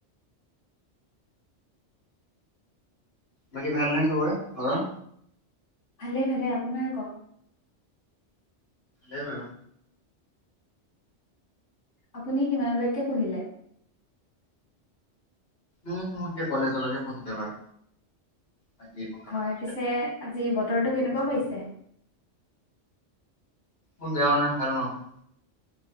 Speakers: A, on the left (about 55°); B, on the left (about 80°).
A: বাকী ভাল নে চবৰে ঘৰৰ?
B: ভালে ভালে আপোনাৰ কক?
A: দে বাৰু।
B: আপুনি কিমানলৈকে পঢ়িলে?
A: উম সেই কলেজলৈকে পঢ়িলো বাৰু। বাকী একো নালাগে
B: হয়
A: এতিয়া
B: পিছে আজি বতৰটো কেনেকুৱা পাইছে?
A: মোৰ গাঁও নহয় হাৰো নহয়।